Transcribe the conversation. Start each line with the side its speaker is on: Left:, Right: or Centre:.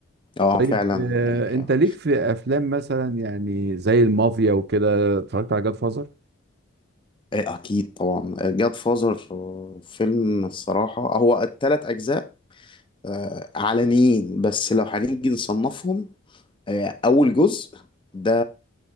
Left: اه
Right: طيب
Left: فعلا
Right: آه
Left: يعني
Right: انت
Left: آه.
Right: ليك في افلام مثلا يعني زي المافيا وكده اتفرجت على جاد فازر
Left: إيه، أكيد طبعا جاد فازر فيلم الصراحة هو التلات أجزاء آه، عالميين بس لو هنيجي نصنفهم آه، اول جزء ده